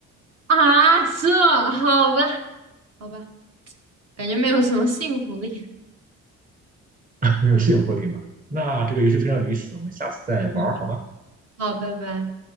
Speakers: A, on the right; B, on the right.
A: 啊，这好吧，好吧，感觉没有什么信服力。
B: <laughs> 没有信服力嘛。那这个游戏非常有意思，我们下次再玩儿好吗？
A: 嗯，好，拜拜。